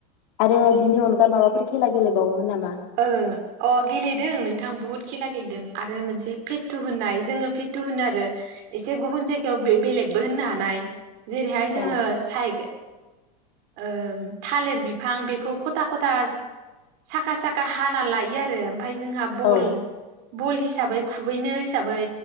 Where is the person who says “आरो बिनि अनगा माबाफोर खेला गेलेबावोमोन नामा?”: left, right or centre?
Left